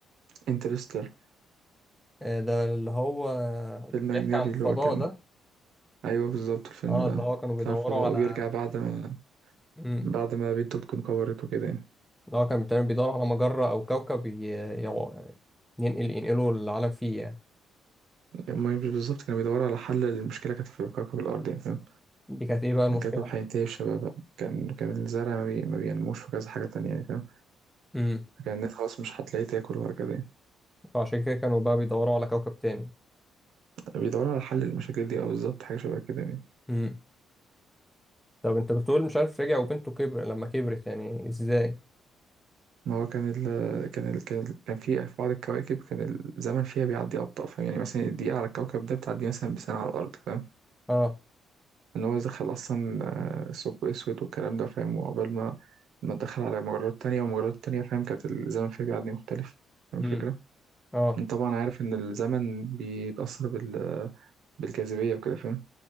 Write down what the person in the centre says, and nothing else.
آه، ده اللي هو
بيحكي
عن الفضاء
ده
اه
اللي هو كانوا
بيدوروا
على
امم
اللي هو كانوا بتقريباً بيدوروا على مجرة او كوكب ي... يو- ينقل ينقلوا العالم فيه يعني
دي كانت ايه بقى المشكلة
امم
فعشان كده كانوا بقى بيدوروا على كوكب تاني
امم طب انت بتقول مش عارف رجع وبنته كبر لما كبرت يعني ازاي
اه
امم
اه